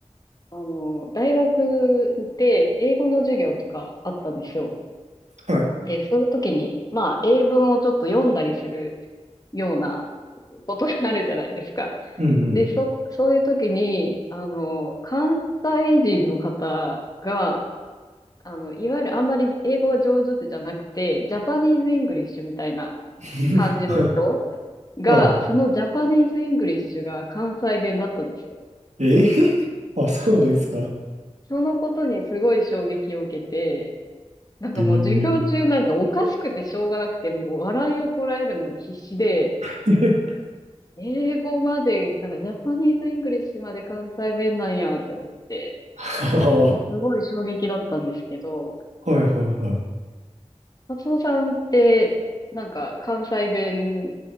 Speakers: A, on the left; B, on the right.
A: あの、大学で英語の授業とかあったんですよ。
B: はい、
A: で、そういう時に、まあ、英文をちょっと読んだりするようなことがあるじゃないですか。
B: うん、
A: で、そ、
B: うん。
A: そういう時に、あの、関西人の方が、あの、いわゆるあんまり英語が上手じゃなくて、ジャパニーズ・イングリッシュみたいな
B: <laughs>
A: 感じの人
B: はい、
A: が、
B: は
A: そのジャパニーズ・イングリッシュが関西弁だったんですよ。
B: い、えー、<laughs> あ、そうなんですか。
A: そのことにすごい衝撃を受けて、なんかもう授業中なんかおかしくてしょうがなくて、
B: えー
A: もう笑いをこらえるのに必死で、
B: <laughs>、
A: 英語まで、なんかジャパニーズ・イングリッシュまで関西弁なんやって思って、
B: は
A: すごい衝撃だったんですけど、
B: あはい、はい、はい、
A: 松尾さんって、なんか関西弁